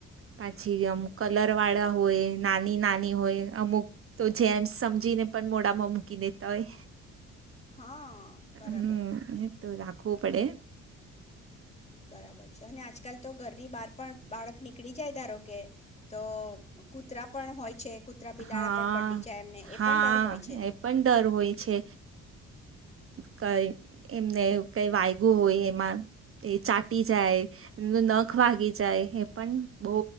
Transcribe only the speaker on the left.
હા બરાબર
બરાબર છે, અને આજકાલ તો ઘરની બહાર પણ બાળક નીકળી જાય ધારો કે તો કૂતરા પણ હોય છે કૂતરા
બિલાડા પણ કરડી જાય એમને
એ પણ ડર હોય છે